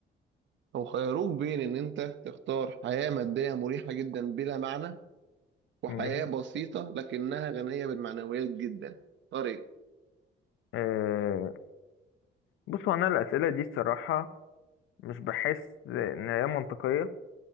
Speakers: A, on the right; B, on the left.
A: لو خيروك بين إن أنت تختار حياة مادية مريحة جدا بلا معنى وحياة
B: ماشي
A: بسيطة لكنها غنية بالمعنويات جدا، اختار إيه؟
B: أه بصوا أنا الأسئلة دي الصراحة مش بحس ان هي منطقية